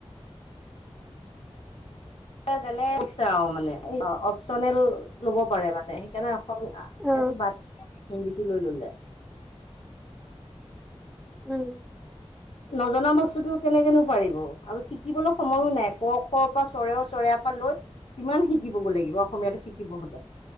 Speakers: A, on the left; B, in the centre.
A: যেনে যেনে পঢ়িছে অ মানে <unintelligible> টনেল ল'ব পাৰে মানে সেইকাৰণে অসমীয়া ইয়াটো
B: অ উম
A: বাদ হিন্দীটো লৈ ললে।
B: উম।
A: নজনা বস্তুতটো কেনেকেনো পাৰিব আৰু শিকিবলৈ সময়ো নাই ক খ পৰা চৰেঅ চৰেয়া পৰা লৈ। কিমান শিকিব গৈ লাগিব অসমীয়াটো শিকিব হ'লে।